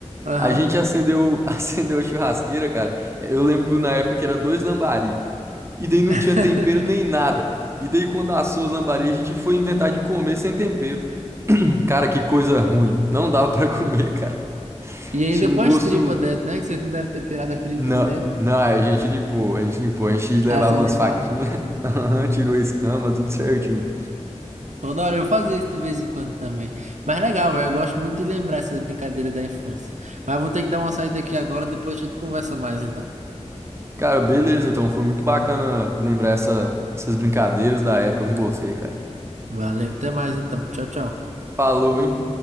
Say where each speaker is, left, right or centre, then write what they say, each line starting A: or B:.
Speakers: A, on the right (about 85°); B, on the right (about 20°).
A: Aham.
B: A gente acendeu, <laughs> acendeu a churrasqueira, cara. Eu lembro na época que era dois lambari. E daí não
A: <laughs>
B: tinha tempero nem nada. E daí quando assou os lambari, a gente foi inventar de comer sem tempero. Cara, que coisa ruim. Não dava pra comer, cara.
A: E ainda
B: Tinha
A: com
B: um gosto.
A: as tripas dentro, né? Que vocês não devem ter tirado a tripa
B: Não,
A: de dentro.
B: não, aí a gente limpou, a gente limpou. A gente levava
A: Ah, vocês
B: umas
A: limparam?
B: faquinhas, <laughs> aham, tirou a escama, tudo certinho.
A: Toda hora eu fazia isso de vez em quando também. Mas legal, velho. Eu gosto muito de lembrar essas brincadeiras da infância. Mas vou ter que dar uma saída aqui agora, depois a gente conversa mais então.
B: Cara, beleza, então foi muito bacana lembrar essa- essas brincadeiras da época com você, cara.
A: Valeu, até mais então. Tchau, tchau.
B: Falou, hein?